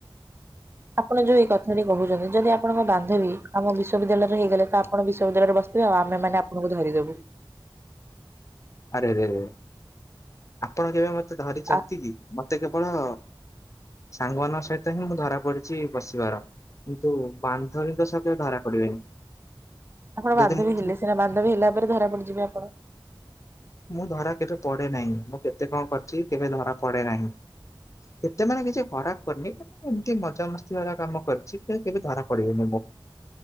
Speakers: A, on the right; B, on the left.
A: ଆପଣ ଯୋଉ ଏଇ କଥା ଟି କହୁଛନ୍ତି। ଯଦି ଆପଣଙ୍କ ବାନ୍ଧବୀ ଆମ ବିଶ୍ୱବିଦ୍ୟାଳୟରେ ହେଇଗଲେ। ତ- ଆପ ବିଶ୍ୱବିଦ୍ୟାଳୟରେ ବସିବେ ଆଉମେମାନେେ ଆଣଙ୍କୁ ଧରିଦବୁ।
B: ଆରେରେରେ ଆପଣ କେବେ ମତେ- ମତେ ଧାରିଛନ୍ତି
A: ଆ
B: କି? ମତେ କେବଳ- ସାଙ୍ଗମାନଙ୍କ ସହିତ ହିଁ ମୁଁ ଧରା ପଡିଛି ବସିବାର କିନ୍ତୁ ବାନ୍ଧବୀଙ୍କ ସତ ଧରା ପଡିବେନି।
A: ଆପଣ ବାନ୍ଧବୀ
B: ଯଦି ମୁଁ ଏଠି
A: ହେଲେ ସେନା ବାନ୍ଧବୀ ହେଲା ପରେ ଧରା ପଡି ଯିବେ ଆପଣ।
B: ମୁଁ ଧରା କେବେ ପଡେ ନାହିଁ। ମୁଁ କେତେ କଣ କରିଛି କେବେ ଧରା ପଡେ ନାହିଁ। କେତେ ମାନେ କିଛି ଖରାପ କରିନି। ଏମିତି ମଜାମସ୍ତି ବାଲା କାମ କରିଛି। କି କେବେ ଧରା ପଡିବେନି ମୁଁ।